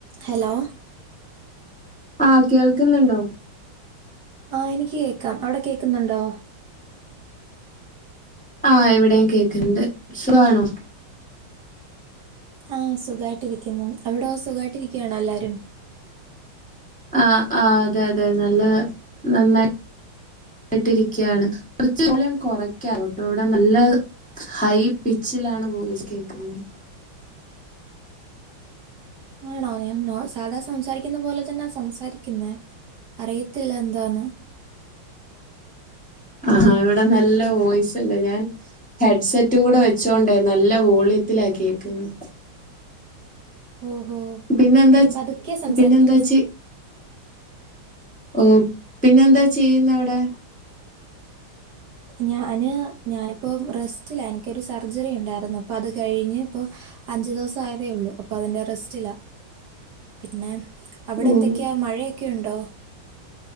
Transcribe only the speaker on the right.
Hello
ആഹ് എനിക്ക് കേക്കാം അവിടെ കേക്കുന്നുണ്ടോ?
ആഹ് സുഖായിട്ടിരിക്കുന്നു അവിടോ സുഖായിട്ടിരിക്കാണോ എല്ലാരും
<inaudible> ആണോ എന്നാ സാധാ സംസാരിക്കുന്ന പോലെ തന്നെ സംസാരി ക്കിന്ന് അറിയത്തില്ല എന്താന്ന്
ഓഹോ
പതുക്കെയ സംസാരിക്കുന്നെ
ഞാന് ഞാനിപ്പോം റെസ്റ്റിലാ എനിക്കൊരു സർജറി ഉണ്ടായിരുന്നു അപ്പ അത് കഴിഞ്ഞ് ഇപ്പോ അഞ്ചു ദിവസം ആയതേ ഉള്ളു അപ്പൊ അതിന്റെ റെസ്റ്റിലാ പിന്നെ അവിടെ
എന്തൊക്കെയാ മഴയൊക്കെ ഉണ്ടോ